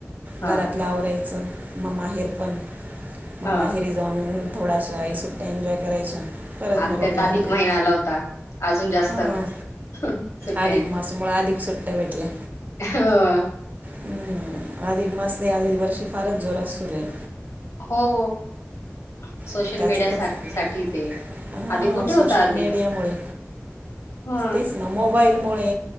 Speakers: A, on the left; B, on the right.
A: हा
B: घरातलं आवरायचं म माहेरपण. मग
A: हा
B: माहेरी जाऊन थोडासा सुट्ट्या एन्जॉय करायच्या. परत
A: हा
B: मग रुटीन
A: त्यात अधिक
B: आपलं
A: महिना आला होता अजून जास्त
B: हां
A: सुट
B: अधिक मासामुळे अधिक सुट्ट्या भेटल्या.
A: हं
B: हम्म! आधिक मास् तर यावेळी वर्षी फारच जोरात सुरु आहे.
A: हो, हो. सोशल
B: पण त्याचं
A: मीडिया
B: तर
A: सार साठी ते,
B: हां
A: आधी कुठे
B: सोशल
A: होता आधी?
B: मीडियामुळे
A: ह
B: तेच ना मोबाईल मुळे,